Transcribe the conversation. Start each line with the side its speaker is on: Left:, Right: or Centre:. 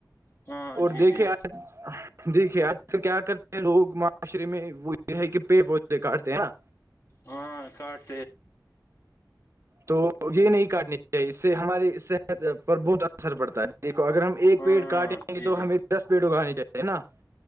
Left: ہاں
Right: اور
Left: جی
Right: دیکھیے
Left: جی
Right: آج دیکھیے آج کیا کرتے ہیں لوگ معاشرے میں وہ یہ ہے کہ پیڑ پودے کاٹتے ہیں نا
Left: ہاں کاٹ
Right: تو یہ نہیں کاٹنی چاہیے اس سے ہماری صحت پر بہت اثر پڑتا ہے دیکھو اگر ہم ایک
Left: ہاں
Right: پیڑ
Left: ہاں
Right: کاٹیں نہیں
Left: جی
Right: تو
Left: جی
Right: ہمیں دس پیڑ اگانے چاہیے نا